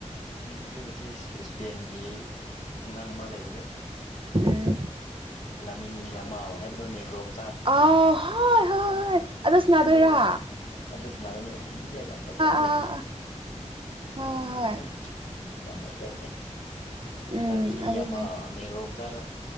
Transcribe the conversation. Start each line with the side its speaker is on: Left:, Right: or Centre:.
Left: ꯑꯗꯨꯒ ꯁꯤ ꯏꯁꯄꯦꯟꯒꯤ ꯑꯉꯥꯡ ꯑꯃ ꯂꯩꯕꯗꯨ
Right: ꯎꯝ
Left: ꯂꯃꯤꯅꯤ ꯌꯥꯝꯃꯥꯜ ꯍꯥꯏꯕꯗꯣ ꯅꯒ꯭ꯔꯣ ꯃꯆ
Right: ꯑ ꯍꯣꯏ ꯍꯣꯏ ꯑꯗꯨ ꯁꯅꯥꯗꯣꯏꯔꯥ
Left: ꯑꯗꯨꯗꯤ ꯌꯥꯝ ꯑꯗꯨ ꯁꯅꯥꯒꯗꯣꯏꯅꯦ ꯑꯩ ꯌ ꯌꯥꯝ ꯐꯖꯕꯅꯦ
Right: ꯑꯥ ꯑꯥ ꯍꯣꯏ ꯍꯣꯏ
Left: ꯌꯥꯝ ꯌꯥꯝ ꯐꯖꯕꯅꯦ
Right: ꯎꯝ
Left: ꯂꯥꯃꯤꯅꯤ
Right: ꯑꯗꯨꯅꯦ
Left: ꯌꯦꯃꯥꯜ ꯅꯦꯒ꯭ꯔꯣ ꯃꯆꯥꯥꯗꯣ